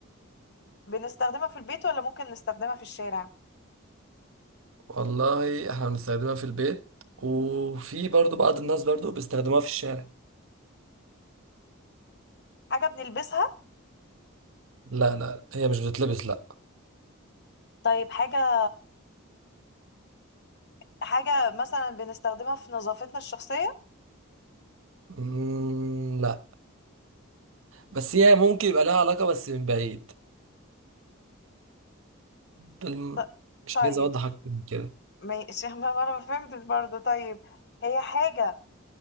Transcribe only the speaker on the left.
بنستخدمها في البيت ولا ممكن نستخدمها في الشارع
حاجه بنلبسها
طيب حاجه حاجه مثلا بنستخدمها في نظافتنا الشخصيه
ط-
طيب
ماشي <laughs> ما ما انا ما فهمتش برضه طيب هي حاجه